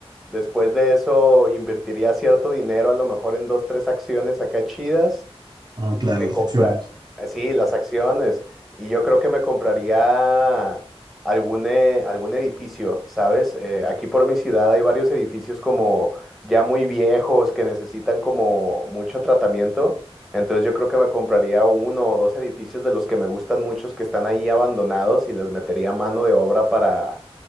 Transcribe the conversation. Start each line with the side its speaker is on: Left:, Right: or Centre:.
Centre: Después de eso invertiría cierto dinero, a lo mejor en dos, tres acciones acá chidas.
Right: Ah, claro,
Centre: Me
Right: las
Centre: compra,
Right: acciones.
Centre: sí, las acciones. Y yo creo que me compraría algún, eh, algún edificio, ¿sabes? Eh, aquí por mi ciudad hay varios edificios como ya muy viejos que necesitan como mucho tratamiento. Entonces yo creo que me compraría uno o dos edificios de los que me gustan muchos que están ahí abandonados y les metería mano de obra para,